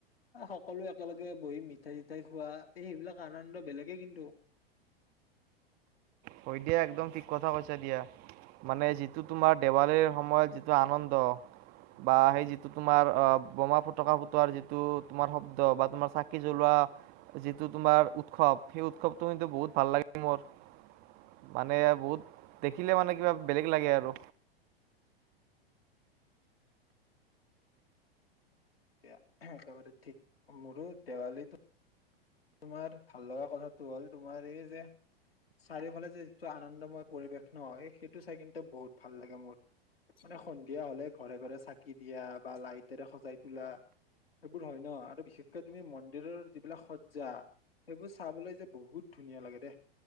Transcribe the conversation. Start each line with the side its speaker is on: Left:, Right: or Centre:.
Left: সকলোৱে একেলগে বহি মিঠাই চিঠাই খোৱা এই সেইবিলাক আনন্দ বেলেগে কিন্তু। <inaudible>
Right: হয় দিয়া একদম ঠিক কথা কৈছা দিয়া। মানে যিটো তোমাৰ দেৱালীৰ সময়ত যিটো আনন্দ বা সেই যিটো তোমাৰ অ বোমা ফুটকা ফুটোৱাৰ যিটো তোমাৰ শব্দ বা তোমাৰ চাকি জ্বলোৱা যিটো তোমাৰ উৎসৱ সেই উৎসৱটো বহুত ভাল লাগে মোৰ। মানে বহুত দেখিলে মানে কিবা বেলেগ লাগে আৰু।
Left: এয়া, একেবাৰে ঠিক মোৰো দেৱালীতো। তোমাৰ ভাল লগা কথাটো হ'ল তোমাৰ এই যে চাৰিওফালে যে যিটো আনন্দময় পৰিৱেশ নহয় সেইটো চাই কিন্তু বহুত ভাল লাগে মোৰ। মানে সন্ধিয়া হলে ঘৰে ঘৰে চাকি দিয়া বা লাইটৰে সজাই তোলা। সেইবোৰ হয় ন আৰু বিশেষকে তুমি মন্দিৰৰ যিবিলাক স- জা সেইবোৰ চাবলৈ যে বহুত ধুনীয়া লাগে দে।